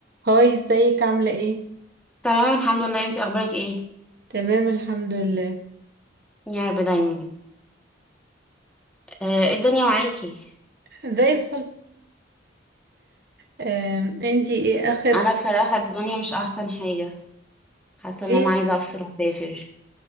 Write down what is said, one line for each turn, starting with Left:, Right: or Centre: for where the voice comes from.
Right: هاي ازيك عاملة ايه؟
Centre: تمام الحمد لله انتي اخبارك ايه
Right: تمام الحمد لله
Centre: يا رب دايما آه ايه الدنيا معاكي
Right: زي الفل آم، انتي ايه اخر
Centre: انا بصراحة الدنيا مش احسن حاجة حاسة
Right: جيت
Centre: ان انا عايزة افصل واسافر